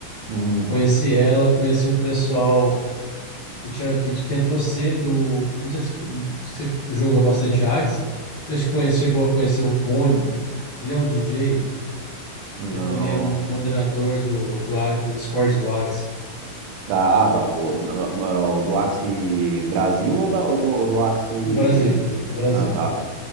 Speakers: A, on the right (about 80°); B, on the left (about 40°).
A: Hum,
B: Conheci ela, conheci um pessoal que, tinha, que, que entrou cedo. Não sei se você joga bastante Axie. Não sei se conhece, chegou a conhecer o Boni. Ele é um DJ,
A: Não.
B: ele também é moderador do, do, A- do Discord do Axie.
A: Da, ah, tá. O, na- ma- o do Axie Brasil ou, da, ou do, ou do Axie.
B: No Brasil, no Brasil.
A: Ah, tá.